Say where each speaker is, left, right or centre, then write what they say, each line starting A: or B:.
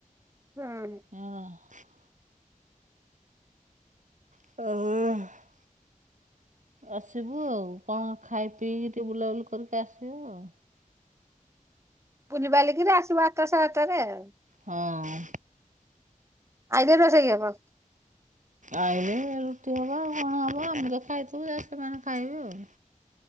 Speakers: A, on the right; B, on the right.
A: <unintelligible>
B: <unintelligible> <unintelligible> ଆସିବୁ ଆଉ, କଣ ଖାଇ ପିଇକି ଟିକେ ବୁଲାବୁଲି କରିକି ଆସିବୁ ଆଉ।
A: ବୁଲି ବାଲିକିରି ଆସିବ ଆଠଟା‌ ସାଢେ ଆଠଟାରେ ଆଉ।
B: ହଁ-ଅ-ଅ।
A: ଆଇଲେ ରୋଷେଇ ହବ
B: ଆଇଲେ ରୁଟି ହବ ଆଉ କଣ ହବ ଆମେ ତ ଖାଇଥିବୁ <inaudible> ସେମାନେ ଖାଇବେ ଆଉ।